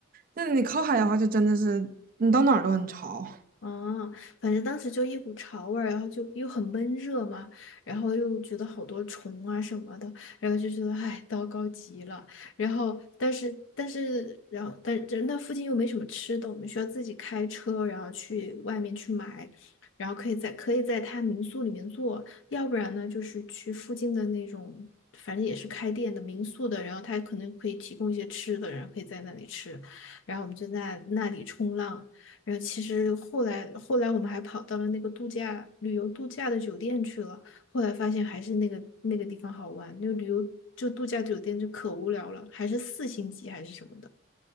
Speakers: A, on the right (about 45°); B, on the left (about 65°).
A: 那你靠海的话，就真的是你到哪儿都很潮。
B: 哦，反正当时就一股潮味儿，然后就又很闷热嘛，然后又觉得好多虫啊什么的，然后就觉得唉，糟糕极了。然后，但是，但是，然后，但是那附近又没什么吃的，我们需要自己开车，然后去外面去买，然后可以在可以在他民宿里面做，要不然呢，就是去附近的那种，反正也是开店的民宿的，然后他可能可以提供一些吃的，然后可以在那里吃，然后我们就在那里冲浪。然后其实后来后来我们还跑到了那个度假旅游度假的酒店去了，后来发现还是那个那个地方好玩，那个旅游就度假酒店就可无聊了，还是四星级还是什么的。